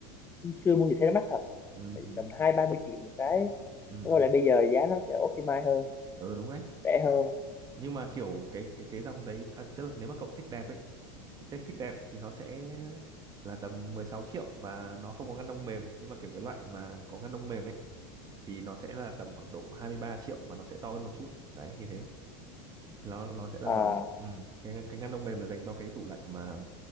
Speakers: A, on the left; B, on the right.
A: xưa mua gì thấy nó mắc thật.
B: ừ
A: Phải
B: ừ
A: tầm hai ba mươi triệu một cái.
B: ừ
A: Thế
B: ừ
A: Còn lại bây giờ giá nó sẽ optimize hơn,
B: ừ đúng đấy
A: rẻ hơn.
B: nhưng mà kiểu cái cái cái dòng đấy à, tức là nếu mà cậu thích đẹp ấy thích đẹp thích đẹp thì nó sẽ là tầm 16 triệu và nó không có ngăn đông mềm nhưng mà kiểu cái loại mà có ngăn đông mềm ấy thì nó sẽ là tầm khoảng độ 23 triệu và nó sẽ to hơn một chút đấy như thế nó nó sẽ là
A: à
B: vào ừm, cái cái ngăn đông mềm là dành cho cái tủ lạnh mà